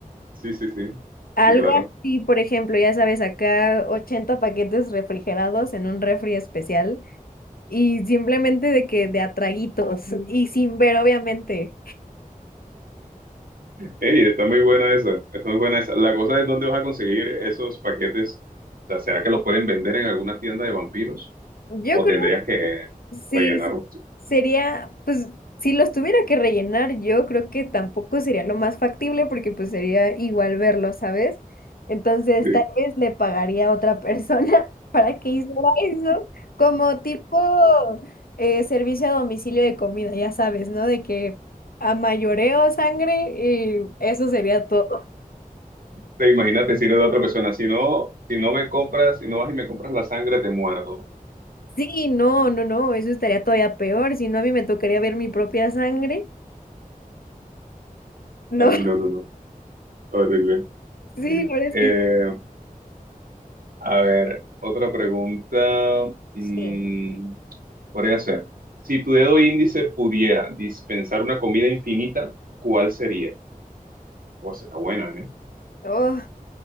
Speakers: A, on the right (about 75°); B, on the left (about 85°).
A: sí, sí, sí.
B: Algo
A: Sí, claro.
B: así, por ejemplo, ya sabes, acá 80 paquetes refrigerados en un refri especial y simplemente de que de atraguitos y sin ver, obviamente.
A: Ey, está muy buena esa, está muy buena esa. La cosa es dónde vas a conseguir esos paquetes. O sea, ¿será que los pueden vender en alguna tienda de vampiros?
B: Yo
A: ¿O
B: creo
A: tendrías que
B: Sí,
A: rellenarlos
B: sí,
A: tú?
B: sería, pues, si los tuviera que rellenar, yo creo que tampoco sería lo más factible porque pues sería igual verlo, ¿sabes? Entonces,
A: Sí.
B: tal vez le pagaría a otra persona <laughs> para que hiciera eso, como tipo eh, servicio a domicilio de comida, ya sabes, ¿no? De que a mayoreo sangre y eso sería todo.
A: Te imaginas decirle a la otra persona, si no, si no me compras, si no vas y me compras la sangre, te muerdo.
B: Sí, no, no, no, eso estaría todavía peor, si no a mí me tocaría ver mi propia sangre. No,
A: Ay, no,
B: <laughs>
A: no, no. Horrible.
B: sí, la verdad es
A: Eh,
B: que
A: A ver, otra pregunta mm,
B: sí.
A: podría ser, si tu dedo índice pudiera dispensar una comida infinita, ¿cuál sería? Pues está buena, ¿eh?
B: Oh.